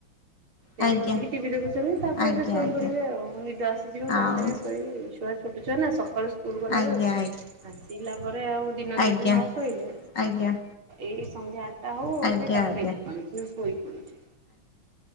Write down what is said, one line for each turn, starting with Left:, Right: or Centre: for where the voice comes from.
Right: ସେଇଠି
Left: ଆଜ୍ଞା
Right: ବସିକି ଟିଭି ଦେଖୁଛନ୍ତି ତାପରେ
Left: ଆଜ୍ଞା
Right: ସେ ଶୋଇ
Left: ଆଜ୍ଞା
Right: ପଡିବେ ଆଉ ନିଦ ଆସିଯିବ ସାଙ୍ଗେ
Left: ଆଉ
Right: ସାଙ୍ଗେ। ସେଇବେ ଛୁଆ ଛୋଟ ଛୁଆ ନା ସକାଳୁ ସ ସ୍କୁଲ ଗଲାବେଳକୁ
Left: ଆଜ୍ଞା ଆଜ୍ଞା
Right: ଆସିଲା ପରେ ଆଉ ଦିନ
Left: ଆଜ୍ଞା
Right: ଯଦି ନ ଶୋଇିଲଲେ।
Left: ଆଜ୍ଞା
Right: ଏଇ ସନ୍ଧ୍ୟା ଆଠଟା ହଉ ହଉ
Left: ଆଜ୍ଞା
Right: ବି ତାକୁ
Left: ଆଜ୍ଞା
Right: ନିଜ ମାଡ଼ୁଛି ସେ ଶୋଇ ପଡୁଛି।